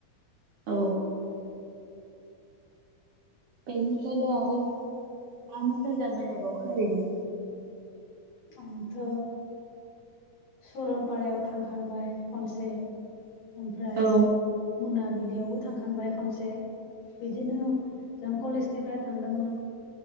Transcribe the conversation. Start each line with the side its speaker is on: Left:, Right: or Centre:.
Right: औ बेनिफ्रायलाय आरो मा मा जायगा बेरायबावखो ओरैनो
Left: आंथ' सरलपारायाव थांखांबाय खनसे ओमफ्राय
Right: औ
Left: मोनाबिलियावबो थांखांबाय खनसे बिदिनो जों कलेजनिफ्राय थांदोंमोन